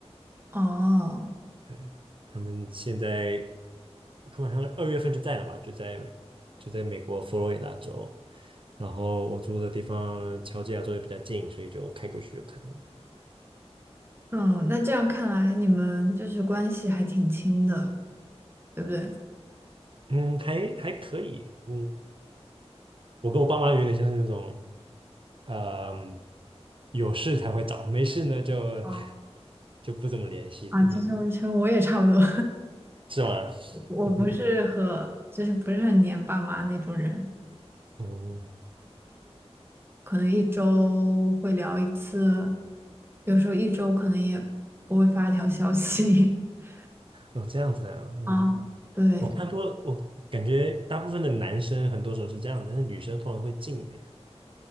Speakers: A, on the right; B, on the right.
A: 哦，
B: 对，他们现在，他们好像二月份就在了吧，就在就在美国佛罗里达州，然后我住的地方乔治亚州也比较近，所以就开过去就可以了。
A: 嗯，那这样看来你们就是关系还挺亲的，对不对？
B: 嗯，还还可以，嗯，我跟我爸妈有点像是那种，嗯、有事才会找，没事呢就
A: 哦，
B: <laughs> 就不怎么联系，
A: 啊，
B: 对对，
A: 其实我其实我也差不多，
B: 是吗？
A: <laughs>
B: <laughs>
A: 我不是和就是不是很黏爸妈那种人，
B: 嗯哦，
A: 可能一周会聊一次，有时候一周可能也不会发条消息。<laughs>
B: 哦，这样子的啊，哦，
A: 啊，对，
B: 我看多了，我感觉大部分的男生很多时候是这样的，但是女生通常会近一点，